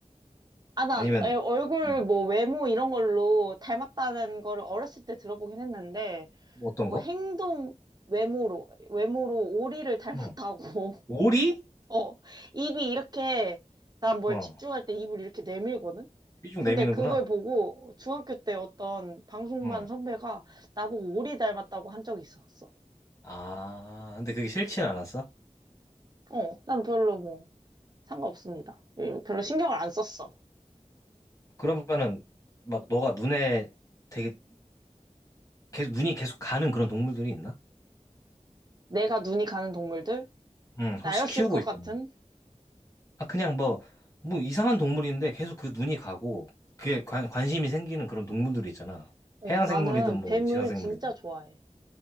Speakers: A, on the right; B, on the left.
A: 아, 난
B: 아니면
A: 애- 얼굴,
B: 음.
A: 뭐, 외모 이런 걸로 닮았다는 거를 어렸을 때 들어보긴 했는데,
B: 뭐 어떤
A: 뭐,
B: 거?
A: 행동, 외모로, 외모로 오리를 닮았다고.
B: 어. 오리?
A: 어, 입이 이렇게, 난 뭘
B: 어.
A: 집중할 때 입을 이렇게 내밀거든?
B: 삐죽
A: 근데
B: 내미는구나.
A: 그걸 보고 중학교 때 어떤 방송반
B: 응.
A: 선배가 나보고 오리 닮았다고 한 적이 있었어.
B: 아, 근데 그게 싫진 않았어?
A: 어, 난 별로 뭐 상관없습니다. 예, 별로 신경을 안 썼어.
B: 그러면은 막 너가 눈에 되게 계속 눈이 계속 가는 그런 동물들이 있나?
A: 내가 눈이 가는 동물들?
B: 응,
A: 나였을
B: 혹시 키우고
A: 것
B: 있거나.
A: 같은?
B: 아, 그냥 뭐, 뭐 이상한 동물인데 계속 그 눈이 가고 그게 관, 관심이 생기는 그런 동물들이 있잖아.
A: 어,
B: 해양 생물이든
A: 나는
B: 뭐
A: 뱀을
B: 지상 생물이든.
A: 진짜 좋아해.